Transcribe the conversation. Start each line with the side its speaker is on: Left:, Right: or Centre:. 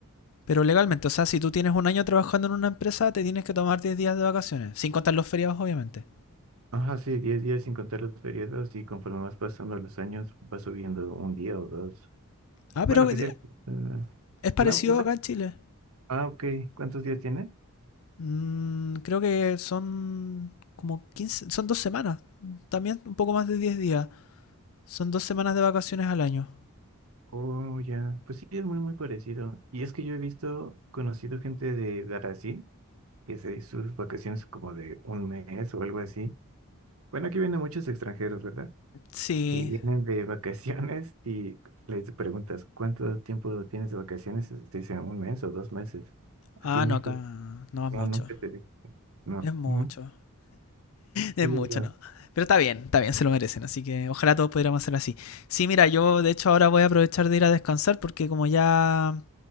Left: Pero legalmente, o sea, si tú tienes un año trabajando en una empresa, te tienes que tomar 10 días de vacaciones, sin contar los feriados, obviamente.
Right: Ajá, sí, 10 días sin contar los periodos y conforme vas pasando los años va subiendo un día o dos.
Left: Ah, pero
Right: Bueno, que
Left: eh,
Right: sí. eh, no,
Left: es parecido
Right: no-
Left: acá en Chile.
Right: ah, ok. ¿Cuántos días tiene?
Left: Mm, creo que son como 15 son dos semanas, también un poco más de 10 días. Son dos semanas de vacaciones al año.
Right: Oh, ya. Pues sí, es muy, muy parecido. Y es que yo he visto, conocido gente de Brasil que se hizo sus vacaciones como de un mes o algo así. Bueno, aquí vienen muchos extranjeros, ¿verdad?
Left: Sí.
Right: Y vienen de vacaciones y les preguntas, ¿cuánto tiempo tienes de vacaciones? Y Te dicen un mes o dos meses.
Left: Ah,
Right: Aquí en
Left: no,
Right: México,
Left: acá no es
Right: no,
Left: mucho.
Right: nunca te dicen. No.
Left: Es mucho.
Right: Ujú.
Left: Es
Right: Sí,
Left: mucho,
Right: ya.
Left: ¿no? Pero está bien, está bien, se lo merecen. Así que ojalá todos pudiéramos hacer así. Sí, mira, yo de hecho ahora voy a aprovechar de ir a descansar porque como ya